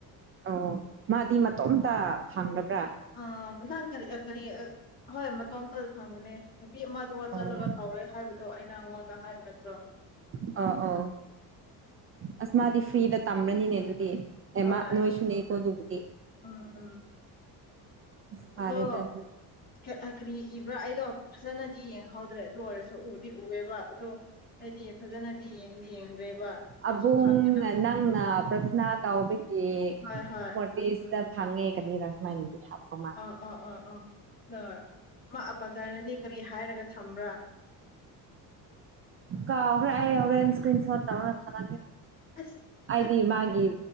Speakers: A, on the right; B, on the left.
A: ꯑꯣ ꯑꯣ ꯃꯥꯗꯤ ꯃꯇꯣꯝꯇ ꯐꯪꯗꯕ꯭ꯔꯥ
B: ꯑꯥ ꯃꯊꯪ ꯀꯔꯤ ꯀꯔꯤ ꯍꯣꯏ ꯃꯇꯣꯝꯇ ꯐꯪꯕꯅꯦ ꯅꯨꯄꯤ ꯑꯃ ꯑꯗꯨꯒ ꯆꯠꯂꯒ
A: ꯑꯣ
B: ꯇꯧꯔꯦ ꯍꯥꯏꯕꯗꯣ ꯑꯩꯅ ꯑꯩꯉꯣꯟꯗ ꯍꯥꯏꯕ ꯅꯠꯇ꯭ꯔꯣ
A: ꯑꯣ ꯑꯣ ꯑꯁ ꯃꯥꯗꯤ ꯐ꯭ꯔꯤꯗ ꯇꯝꯕꯅꯤꯅꯦ ꯑꯗꯨꯗꯤ ꯑꯦ
B: ꯍꯣꯏ
A: ꯃꯥ ꯅꯣꯏꯁꯨꯨ ꯅꯦ ꯀꯣ ꯑꯗꯨꯕꯗꯤ
B: ꯎꯝ ꯎꯝ
A: ꯐꯔꯦ
B: ꯑꯗꯣ
A: ꯇꯥ ꯑꯗꯨ
B: ꯑ ꯀꯔꯤ ꯏꯕ꯭ꯔꯥ ꯑꯩꯗꯣ ꯐꯖꯅꯗꯤ ꯌꯦꯡꯍꯧꯗ꯭ꯔꯦ ꯂꯣꯏꯔꯁꯨ ꯎꯗꯤ ꯎꯑꯦꯕ ꯑꯗꯣ ꯑꯩꯗꯤ ꯐꯖꯅꯗꯤ ꯌꯦꯡꯗꯤ ꯌꯦꯡꯗ꯭ꯔꯦꯕ ꯅꯪꯁꯨ
A: ꯑꯕꯨꯡ
B: ꯈꯪꯉꯦ
A: ꯅꯪꯅ ꯄ꯭ꯔꯊꯅꯥ ꯇꯥꯎꯕꯒꯤ
B: ꯍꯣꯏ ꯍꯣꯏ
A: ꯄꯤꯁꯇ ꯐꯪꯉꯦ ꯀꯔꯤꯔ ꯃꯥꯏꯗꯤ ꯍꯥꯄ ꯃꯥ
B: ꯑꯥ ꯑꯣ ꯑꯣ ꯑꯣꯏ ꯃꯥ ꯄꯥꯖꯅꯗꯤ ꯀꯔꯤ ꯍꯥꯏꯔꯒ ꯊꯝꯕ꯭ꯔꯥ
A: ꯀꯥꯎꯈ꯭ꯔꯦ ꯑꯩ ꯍꯣꯔꯦꯟ ꯏꯁꯀ꯭ꯔꯤꯟ ꯁꯣꯠ ꯇꯧꯔꯒ ꯊꯥꯔꯛꯀꯦ
B: ꯑꯁ ꯌꯥꯔꯦ꯫
A: ꯑꯩꯗꯤ ꯃꯥꯒꯤ